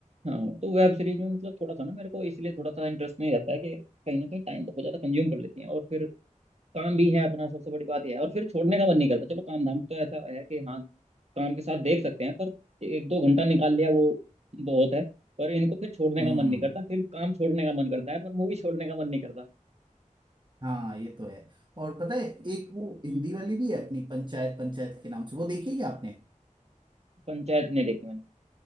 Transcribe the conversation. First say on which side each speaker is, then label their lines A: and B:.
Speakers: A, on the right (about 50°); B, on the right (about 35°).
A: हाँ तो वेब सीरीज में मतलब थोड़ा सा ना मेरे को इसलिए थोड़ा सा इंटरेस्ट नहीं रहता है कि कहीं ना कहीं टाइम बहुत ज्यादा कंज्यूम कर लेती हैं और फिर काम भी है अपना सबसे बड़ी बात यह है और फिर छोड़ने का मन नहीं करता चलो काम धाम तो ऐसा है कि हाँ काम के साथ देख सकते हैं पर एक दो घंटा निकाल लिया वो बहुत है पर इनको फिर छोड़ने
B: हम्म
A: का मन नहीं करता फिर काम छोड़ने का मन करता है पर मूवी छोड़ने का मन नहीं करता
B: हाँ ये तो है और पता है एक वो
A: हम्म,
B: हिंदी वाली भी है अपनी पंचायत पंचायत के नाम से वो देखी है क्या आपने
A: पंचायत नहीं देखी मैंने